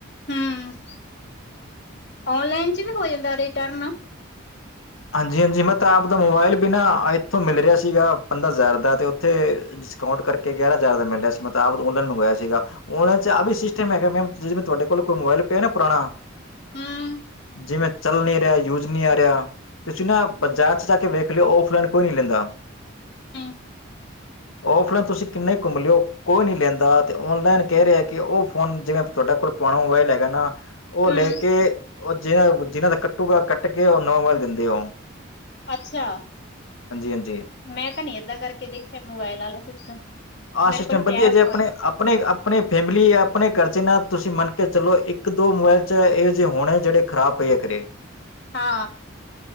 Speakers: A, on the left; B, on the left.
A: ਹੂੰਮ, ਔਨਲਾਈਨ 'ਚ ਵੀ ਹੋ ਜਾਂਦਾ ਰਿਟਰਨ
B: ਹਾਂਜੀ- ਹਾਂਜੀ ਮੈਂ ਤਾਂ ਆਪ ਦਾ ਮੋਬਾਇਲ ਬਿਨਾ ਐਥੋਂ ਮਿਲ ਰਿਹਾ ਸੀਗਾ ਬੰਦਾ ਜਿਆਦਾਤਰ ਤੇ ਉੱਥੇ ਡਿਸਕਾਊਂਟ ਕਰਕੇ ਗਿਆਰਾਂ ਹਜ਼ਾਰ ਦਾ ਮਿਲ ਰਿਹਾ ਸੀ ਮੈਂ ਤਾਂ ਆਪ ਔਨਲਾਈਨ ਮੰਗਾਇਆ ਸੀਗਾ ਔਨਲਾਈਨ 'ਚ ਆ ਵੀ ਸਿਸਟਮ ਹੈਗਾ ਮੈਮ ਜਿਮੇ ਤੁਹਾਡੇ ਕੋਲ ਕੋਈ ਮੋਬਾਈਲ ਪਿਆ ਨਾ ਪੁਰਾਣਾ
A: ਹੂੰ
B: ਜਿਵੇਂ ਚੱਲ ਨੀ ਰਿਹਾ ਯੂਸ ਨੀ ਆ ਰਿਹਾ ਤੁਸੀਂ ਨਾ ਬਜ਼ਾਰ 'ਚ ਜਾ ਕੇ ਵੇਖ ਲਿਓ ਔਫਲਾਈਨ ਕੋਈ ਨੀ ਲੈਂਦਾ
A: <inaudible>
B: ਔਫਲਾਈਨ ਤੁਸੀਂ ਕਿੰਨਾ ਈ ਘੁੰਮ ਲਿਓ ਕੋਈ ਨੀ ਲੈਂਦਾ ਤੇ ਔਨਲਾਈਨ ਕਹਿ ਰਿਹਾ ਕਿ ਉਹ ਫੋਨ ਜਿਵੇਂ ਤਾਡੇ ਕੋਲ ਪੁਰਾਣਾ ਮੋਬਾਈਲ ਹੈਗਾ ਨਾ ਉਹ
A: ਹੂੰ
B: ਲੈ ਕੇ ਉਹ ਜਿਹਨਾ ਜਿਹਨਾਂ ਦਾ ਕੱਟੂਗਾ ਕੱਟ ਕੇ ਉਹ ਨਵਾਂ ਮੋਬਾਈਲ ਦਿੰਦੇ ਉਹ
A: ਅੱਛਾ,
B: ਹਾਂਜੀ
A: ਮੈਂ ਤਾਂ ਨੀ ਏਦਾਂ ਕਰਕੇ ਦੇਖਿਆ ਮੋਬਾਇਲ ਆਲਾ ਸਿਸਟਮ।
B: ਆਹ
A: ਮੇਰੇ
B: ਸਿਸਟਮ
A: ਕੋਲ
B: ਵਧੀਆ
A: ਪਿਆ ਹੈ
B: ਜੇ
A: ਫੋਨ
B: ਅਪਣੇ, ਆਪ ਅਪਣੇ-ਅਪਣੇ ਫੈਮਿਲੀ ਅਪਣੇ ਘਰ'ਚ ਨਾ ਤੁਸੀਂ ਮੰਨਕੇ ਚਲੋ, ਇੱਕ-ਦੋ ਮੋਬੈਲ'ਚ ਇਹੋ ਜਿਹੇ ਹੋਣੇ ਜਿਹੜੇ ਖਰਾਬ ਪ‌ਏ ਆ, ਘਰੇ।
A: ਹਾ।